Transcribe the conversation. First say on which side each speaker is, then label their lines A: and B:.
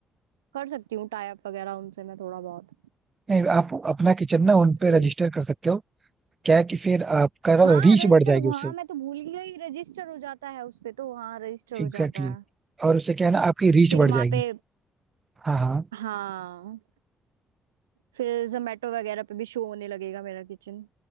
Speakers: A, on the right; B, on the right.
A: कर सकती हूँ टाई अप वगैरह उनसे मैं थोड़ा बहुत
B: नहीं आप अपना किचन
A: उनके
B: ना उन
A: थ्रू
B: पे रजिस्टर कर सकते हो क्या है कि फिर आपका
A: हाँ
B: रीच
A: रजिस्टर
B: बढ़ जाएगी
A: हाँ
B: उससे
A: मैं तो भूल ही गई रजिस्टर हो जाता है उस पे तो हाँ रजिस्टर
B: Exactly
A: हो जाता
B: exactly.
A: है
B: और उससे क्या है ना आपकी रीच
A: फिर
B: बढ़
A: वहां
B: जाएगी
A: पे
B: हाँ हाँ
A: हाँ फिर जोमेटो वगैरह पे भी शो होने लगेगा मेरा किचन